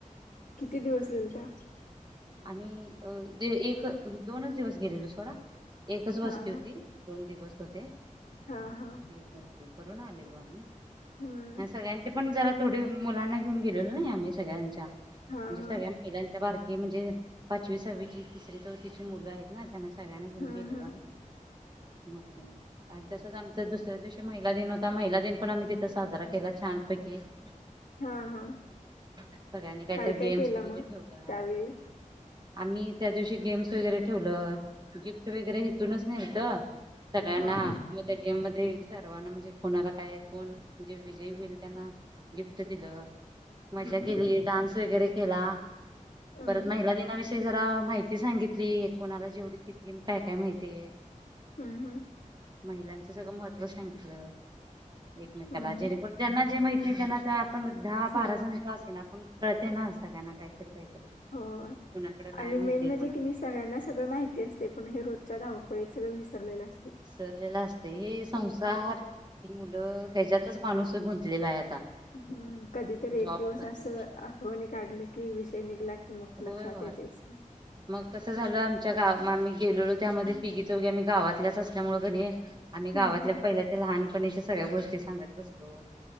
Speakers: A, on the left; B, on the right.
A: किती दिवस गेलता?
B: आम्ही अ दे एक दोनच दिवस गेलेलो सोडा. एकच
A: हा
B: वस्ती होती
A: हा
B: दोन दिवस होते
A: हा हा
B: एक वस्ती करून आलेलो आम्ही
A: हम्म
B: आणि सगळ्यां नी पण जरा थोडी मुलांना घेऊन गेलेलो ना आम्ही सगळ्यांच्या म्हणजे
A: हा हा
B: सगळ्यां <unintelligible> बारकी म्हणजे पाचवी सहावीची तिसरी चौथीची मुलं आहेत ना त्यांना सगळ्यांना घेऊन
A: हम्म
B: गेलेलो
A: हम्म
B: आम्ही मग आणि तसंच आमचा दुसऱ्या दिवशी महिला दिन होता, महिला दिन पण आम्ही तिथं साजरा केला छानपैकी. <inaudible>
A: हा हा
B: सगळ्यांनी काहीतर
A: काय काय
B: गेम्स
A: केला
B: वगैरे
A: मग
B: ठेवल्या.
A: त्यावेळी
B: आम्ही त्या दिवशी गेम्स वगैरे ठेवलं गिफ्ट वगैरे हेतूनच नेलंत सगळ्यांना
A: हा हा
B: मग त्या गेममध्ये सर्वांना म्हणजे कोणाला काय कोण म्हणजे विजय होईल त्यांना गिफ्ट दिलं, मज्जा
A: हम्म
B: केली,
A: हम्म
B: डान्स वगैरे केला.
A: हम्म
B: परत महिला दिनाविषयी जरा माहिती सांगितली कोणाला जेवढी <unintelligible> काय काय माहितीय?
A: हम्म हम्म!
B: महिलांचं सगळं महत्त्व सांगितलं. एकमेकाला
A: हम्म हम्म
B: जेणेकरून ज्यांना जे माहित नाही त्यांना ते आपण दहा
A: सम
B: बारा जण का असेना, पण कळते ना सगळ्यांना काहीतरी काहीतरी.
A: हो
B: कुणाकडं काय
A: आणि
B: माहितीय
A: मेन म्हणजे
B: कोणाला
A: कीनी मी सगळ्यांना सगळं माहिती असतंय, पण हे रोजच्या धावपळीत सगळं विसरलेलं अस
B: विसरलेलं असतंय, हे संसार ही मुलं ह्याच्यातच माणूस गुंतलेला आहे आता.
A: हम्म, कधीतरी एक
B: जॉब
A: दिवस
B: करणे
A: असं आठवणी काढलं की विषय निघला की मग
B: होय
A: लक्षात
B: होय,
A: येतेच
B: मग कसं झालं आमच्या गाव आम्ही गेलोलो त्यामध्ये तिघी चौघी आम्ही गावातल्याच असल्यामुळं कणी आम्ही गावातल्या
A: हम्म हम्म
B: पहिल्या त्या लहानपणीच्या सगळ्या गोष्टी सांगत बसलो,